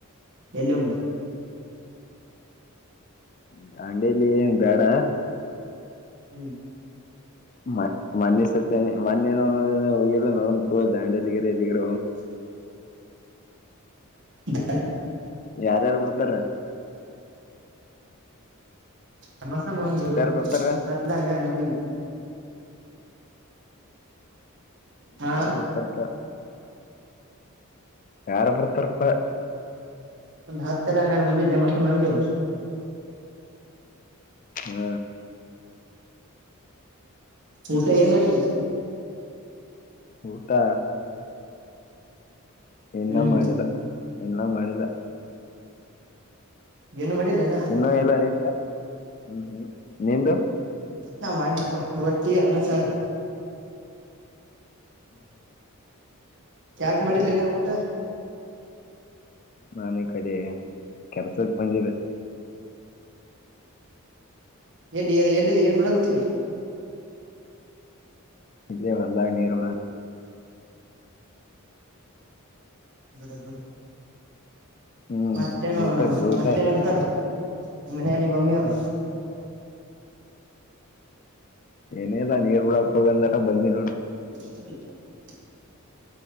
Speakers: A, on the right; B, on the left.
A: ಎಲ್ಲು
B: ದಾಂಡೇಲಿ ಏನ್ ಬೇಡ
A: ಹ್ಮ್
B: ಮ ಮೊಣಿ ಸತ್ಯ ಮಣೇನ ಹೋಗಿಲ್ಲ ನೋಡಮ ತು ದಾಂಡಲಿಗರೆ ಎಲ್ಲಿಗರ
A: <inaudible> ಬ <unintelligible>
B: ಯಾರ್ಯಾರು ಬಡ್ತಾರ
A: ನಮಸ್ ಮುದು
B: ಬರ್ತಾರ
A: ಹತ್ತು ಹನ್ನೆರಡು ಮಂದಿಗೆ ಹಾ
B: ಯಾರು ಬರ್ತಾರಪ್ಪ ಯಾರಪರ ತರ್ಪ
A: ಒಂದು್ ಹತ್ತೆರ ಹನ್ನೆರಡು ಮಂದಿ ಜಮಸ ಮಂದ
B: ಹ್ಮ
A: ಊಟ ಏನ್ ಮಾಡಿ
B: ಊಟಾ ಇನ್ನ
A: ಹ್ಮ್
B: ಮಾಡಿಲ್ಲ ಇನ್ನ ಮಾಡಿಲ್ಲ
A: ಏನು ಮಾಡಿಲ್ಲನಾ
B: ಇನ್ನೂ ಎಲ್ಲ ಹ್ಮ್ ಹ್ಮ್ ನಿಂದುು
A: ನಾ ಮಾಡನಪ್ಪ ರೊಟ್ಟಿ ಅನ್ನ ಸಾರ
B: ಹ್ಮ್ <unintelligible>
A: ಯಾಕ ಮಾಡಿರ್ಲಿನ ಊಟ
B: ನಾನೀ ಈ ಕಡೆ ಕೆಲ್ಸಕ್ ಬಂದಿದೆೆ
A: ಎಲ್ಲಿ ಎಲ್ಲಿ ಏನ್ ಮಾಡಗತಿ
B: ಇಲ್ಲ ಅಲ್ಲಾಗ ನೇರು ಬಿಡ
A: ಬಿಡ ಬಿಡ
B: ಹ್ಮ್
A: ಮತ್ತೇನು
B: ಊಟಕ್ ಊಟ
A: ಮತ್ತೇನಂತಾರ ಮನ ನೀ ಮಮ್ಮಿ ಅವರು
B: ಏನೇದ ನೀರ್ ಬಿಳಾಕ್ ಹೋಗಂದಾರ ಬಂದಿ ನೋ
A: <inaudible>